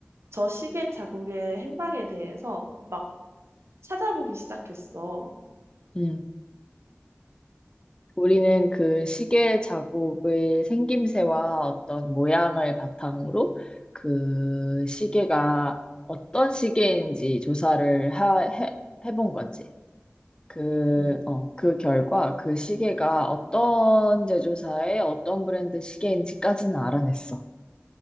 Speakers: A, on the right; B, on the left.
A: 저 시계 자국의 행방에 대해서 막 찾아보기 시작했어.
B: 음. 우리는 그 시계 자국의 생김새와 어떤 모양을 바탕으로 그 시계가 어떤 시계인지 조사를 하, 해, 해본 거지. 그,
A: 응,
B: 어, 그 결과 그 시계가 어떤 제조사의 어떤 브랜드 시계인지까지는 알아냈어.